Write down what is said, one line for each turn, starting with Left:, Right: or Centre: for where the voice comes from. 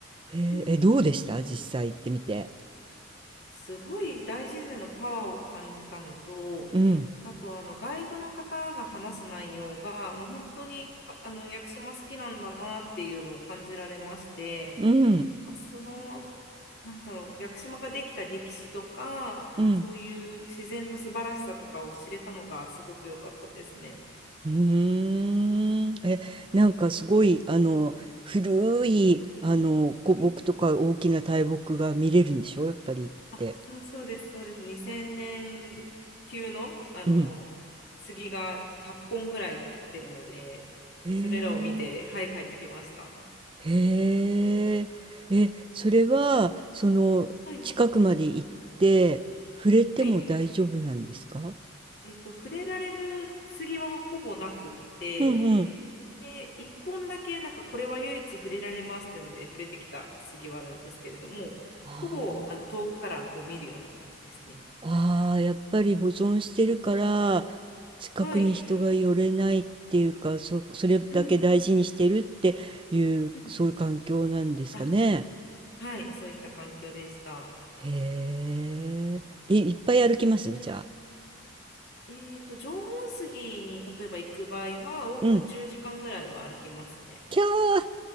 Right: へえ、
Left: うんうんうん
Right: え、どうでした実際行ってみて。
Left: すごい大自然のパワーを感じたのと、
Right: うん、
Left: あとあのガイドの方が話す内容が、もう本当にかあの屋久島好きなんだなっていうのを感じられまして、
Right: うん、
Left: なんかその、なんだろう、屋久島ができた歴史とか、
Right: うん。
Left: そういう自然の素晴らしさとかを知れたのがすごく良かったですね。
Right: うーん。え、
Left: うん
Right: なんかすごい、あの、古い、あの、古木とか大きな大木が見れるんでしょやっぱり行って。
Left: はいあ、そうそうです、そうです。2000年級の、あの杉が100本ぐらい立ってるので、
Right: うん。へえ。
Left: それらを見て、はい、帰ってきました。
Right: へえ。え、それは、その、
Left: はい、
Right: 近くまで行って、触れても大丈夫なんですか
Left: はい。えっと、触れられる杉はほぼなくって、
Right: うんうん。
Left: で、1本だけ、なんかこれは唯一触れられますっていうので、触れてきた杉はあるんですけれども、
Right: あ
Left: ほぼあの遠くからこう見るような感じですね。
Right: ーあー、やっぱり保存してるから、近くに人が寄れないっていうか、
Left: はい。
Right: そ、それだけ大事にしてるっていう、
Left: うんうんうん。
Right: そういう環境なんですかね。
Left: あ、はい、そういった環境でした。
Right: へえ。え、いっぱい歩きますじゃあ。
Left: えっと、縄文杉に例えば行く場合は、往復10時間ぐらいは歩きますね。
Right: うん。キャー。